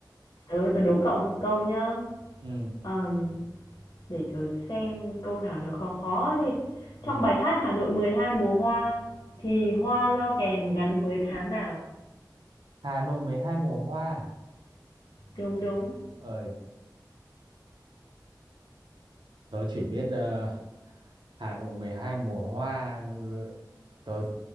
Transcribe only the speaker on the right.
ừ
ừ
Hà Nội 12 mùa hoa à?
ờ tớ chỉ biết ờ, Hà Nội 12 mùa hoa ừ, tớ